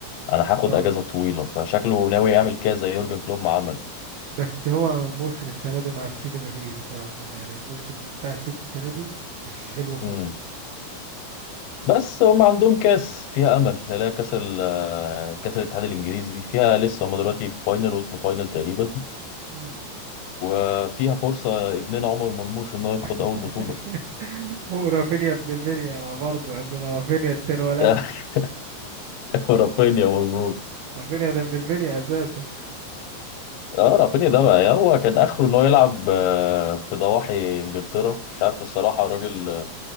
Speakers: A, on the left (about 80°); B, on the right (about 65°).
A: انا هاخد
B: اه
A: اجازه طويله فشكله ناوي يعمل كده زي يورجن كلوب ما عمل
B: بس هو موسم السنة دي مع السيتي مفيش بصراحة يعني الموسم بتاع السيتي السنة دي مش حلو خالص
A: امم بس هم عندهم كاس فيها امل لا كاس ال آه، كاس الاتحاد الانجليزي فيها لسه هم دلوقتي في فاينل وصلوا فاينل تقريبا
B: مم.
A: وفيها فرصه ابننا عمر مرموش انه ياخد
B: <laughs>
A: اول بطوله
B: ورافينيا ابن المنيا ما برضه عندنا رافينيا التاني ولدنا
A: <laughs> رافينيا مظبوط
B: رافينيا ده ابن المنيا اساسا
A: اه رافينيا ده بقى يعني هو كان اخره ان هو يلعب آه، في ضواحي انجلترا مش عارف الصراحه الراجل آه،